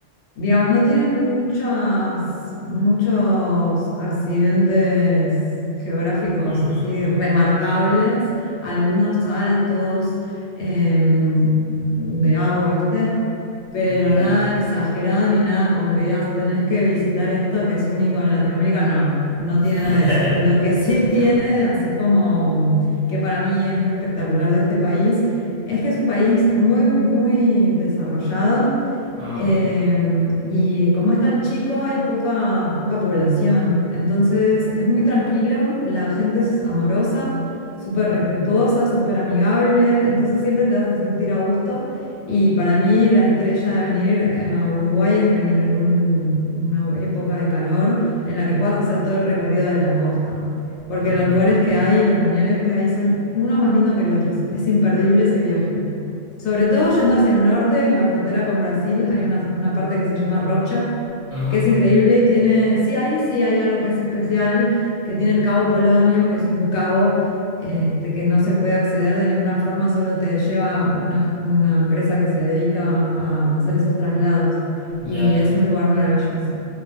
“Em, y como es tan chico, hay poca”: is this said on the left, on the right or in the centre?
Left